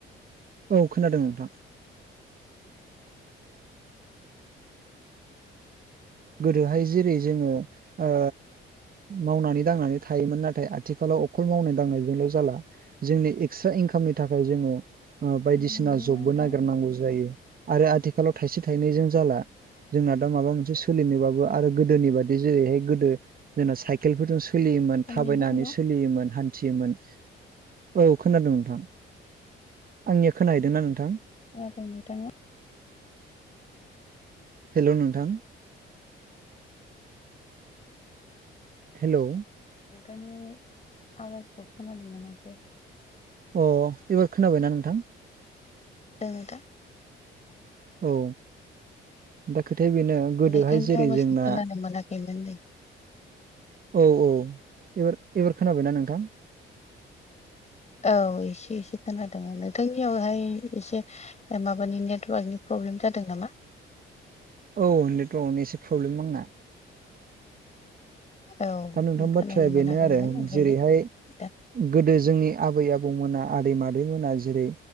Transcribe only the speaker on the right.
औ खोनादों नोंथां गोदोहाय जेरै जोङो ओ मावनानै दांनानै थायोमोन नाथाय आथिखालाव अखल मावनाय दांनायजोंल' जाला जोंनि एक्सट्रा इनकामनि थाखाय जोङो ओ बायदिसिना
जबबो
नागिरनांगौ जायो। आरो आथिखालाव थायसे थायनैजों जाला जोंना दा माबा मोनसे सोलिनोबाबो आरो गोदोनि बायदि जेरैहाय गोदो जों साइकेल फोरजों सो लियोमोन
थाबायनानै
सोलियोमोन हान्थियोमोन। औ खोनादों नोंथां आंनिया खोनाहैदोंना नोंथां?
हेल' नोंथां हेलौ
अ एबार खोनाबायना नोंथां?
औ दा खोथाया बेनो गोदोहाय
जेरै
जोंना
औ औ एबार एबार खोनाबायना नोंथां?
औ नेटवर्कआवनो एसे प्रब्लेम आंना
दा नोंथां
बाथ्राया
बेनो आरो
जेरैहाय
गोदो जोंनि आबै आबौमोना आदै मादै मोना जेरै